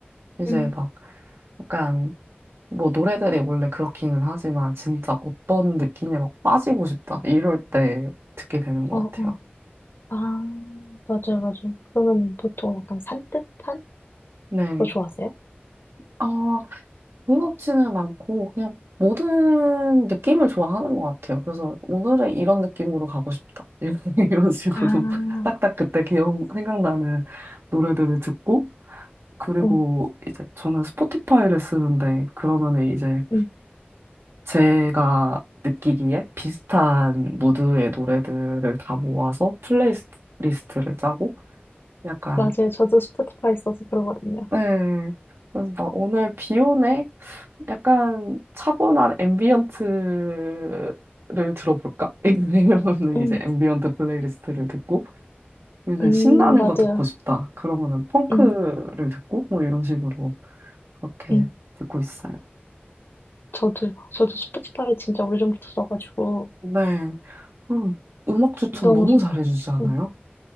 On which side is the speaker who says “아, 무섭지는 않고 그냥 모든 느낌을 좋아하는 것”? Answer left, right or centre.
Right